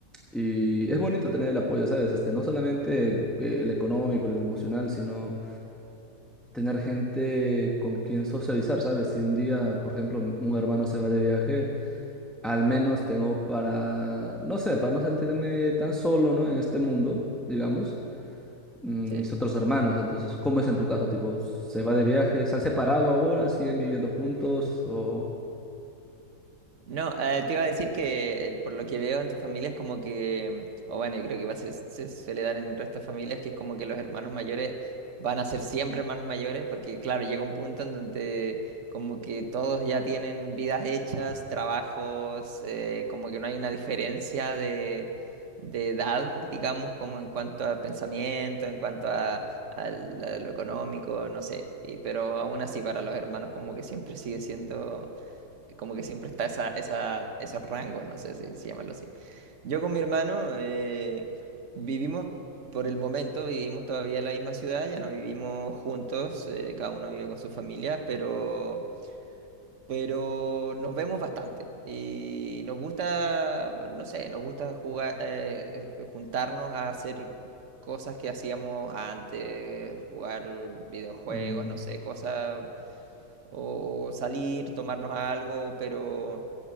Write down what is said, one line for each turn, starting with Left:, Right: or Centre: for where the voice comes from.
Centre: Y es bonito tener el apoyo, ¿sabes? Este, no solamente eh, el económico, el emocional, sino tener gente con quien socializar, ¿sabes? Si un día, por ejemplo, un hermano se va de viaje, al menos tengo para, no sé, para no sentirme tan solo, ¿no? En este mundo, digamos, mm,
Right: Sí.
Centre: mis otros hermanos. Entonces, ¿cómo es en tu caso? Tipo, ¿se va de viaje? ¿Se han separado ahora? ¿Siguen viviendo juntos? ¿O
Right: No, eh, te iba a decir que el- por lo que veo en tu familia es como que, o bueno, yo creo que igual se, se suele dar en el resto de familias que es como que los hermanos mayores van a ser siempre hermanos mayores, porque claro, llega un punto en donde como que todos ya tienen vidas hechas, trabajos, eh, como que no hay una diferencia de, de edad, digamos, como en cuanto a pensamiento, en cuanto a, al- a lo económico, no sé, y- pero aún así para los hermanos como que siempre sigue siendo como que siempre está esa, esa, esos rangos, no sé si, si llamarlo así. Yo con mi hermano eh, vivimos, por el momento, vivimos todavía en la misma ciudad, ya no vivimos juntos, eh, cada uno vive con sus familias, pero, pero nos vemos bastante y nos gusta, no sé, nos gusta jugar, eh, juntarnos a hacer cosas que hacíamos antes, jugar videojuegos,
Centre: mm,
Right: no sé, cosas, o o salir, tomarnos algo, pero